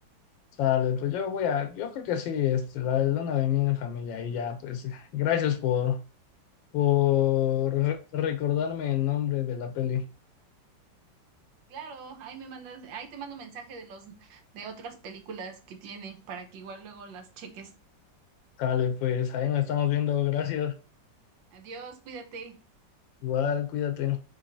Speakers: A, on the left (about 85°); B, on the right (about 80°).
A: Sale, pues yo voy a, yo creo que sí, este, la de luna de miel en familia y ya, pues gracias por por re- recordarme el nombre de la peli.
B: Claro, ahí me mandas, ahí te mando mensaje de los de otras películas que tiene para que igual luego las cheques.
A: Dale, pues ahí nos estamos viendo, gracias.
B: Adiós, cuídate.
A: Igual, cuídate.